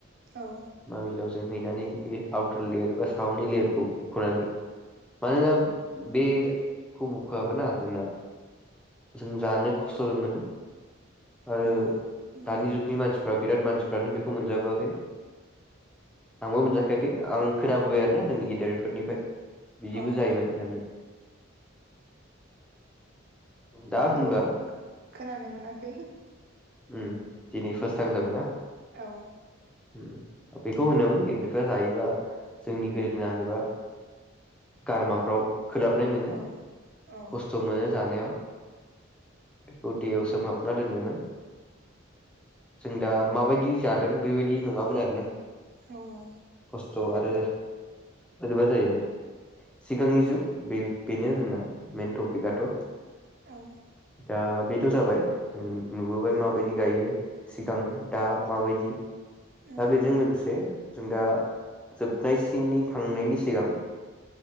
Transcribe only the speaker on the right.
औ
नंगौ
औ
आंथ'
खोनानो मोनाखै
औ
औ औ
औ औ
औ
औ